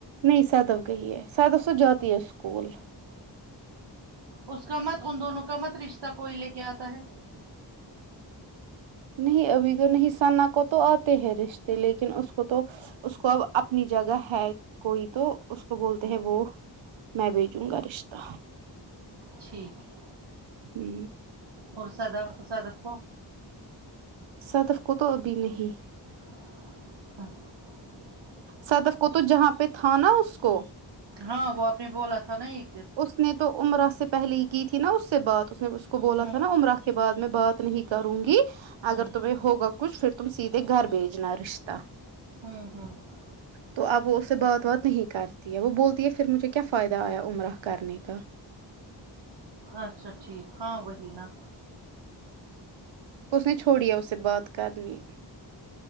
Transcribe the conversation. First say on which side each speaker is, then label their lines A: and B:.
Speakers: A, on the right; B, on the right.
A: نہیں صدف گئی ہے صدف تو جاتی ہے اسکول
B: اس کا مت ان دونوں کا مت رشتہ کوئی لے کے آتا ہے
A: نہیں ابھی تو نہیں ثنا کو تو آتے ہیں رشتے لیکن اس کو تو اس کو اب اپنی جگہ ہے کوئی تو اس کو بولتے
B: ہوں
A: ہیں وہ میں بھیجوں گا رشتہ
B: ٹھیک ہے
A: ہی
B: اور سدا صدف کو
A: صدف کو تو ابھی نہیں
B: <inaudible>
A: صدف کو تو جہاں پہ تھا نا اس کو
B: ہاں وہ آپ نے بولا تھا نہ یہ
A: اس نے تو عمرہ سے پہلے ہی کی تھی نا اس سے بات اس نے اس کو بولا
B: ہوں
A: تھا نا عمرہ کے بعد میں بات نہیں کروں گی اگر
B: ہوں
A: تمہیں ہوگا کچھ پھر تم سیدھے گھر بھیجنا رشتہ
B: ہوں ہوں
A: تو اب وہ اس سے بات وات نہیں کررتی ہے وہ بولتی ہے پھر مجھے کیا فائدہ آیا عمرہ کرنے کا
B: اچھا ٹھیک ہاں وہی نا
A: اس نے چھوڑیا اس سے بات کرنی